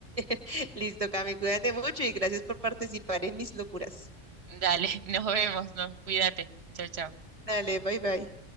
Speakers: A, on the right; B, on the right.
A: <laughs> Listo, Cami, cuídate mucho y gracias por participar en mis locuras.
B: Dale, nos vemos, ¿no? Cuídate. Chao, chao.
A: Dale, bye bye.